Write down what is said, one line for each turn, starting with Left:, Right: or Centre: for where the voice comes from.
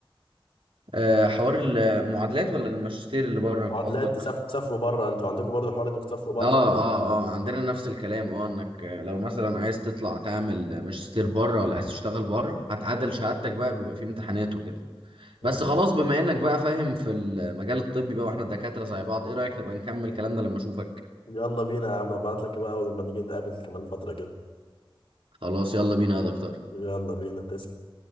Right: آه حوار المعادلات ولا الماجستير اللي بره
Left: معادلات
Right: قصدك
Left: تسافر تسافروا بره انتوا عندكم برضو حوار انك تسافروا بره
Right: اه
Left: ولا
Right: اه
Left: إيه؟
Right: اه عندنا نفس الكلام اه انك لو مثلا عايز تطلع تعمل ماجستير بره ولا عايز تشتغل بره هتعادل شهادتك بقى بيبقى في امتحانات وكده
Left: تمام
Right: بس خلاص بما انك بقى فاهم في المجال الطبي بقى واحنا دكاترة زي بعض ايه رأيك نبقى نكمل كلامنا لما اشوفك
Left: يلا بينا يا عم ابعت لك بقى ولما نيجي نتقابل كمان فتره كده
Right: خلاص يلا بينا يا دكتور
Left: يلا بينا تسلم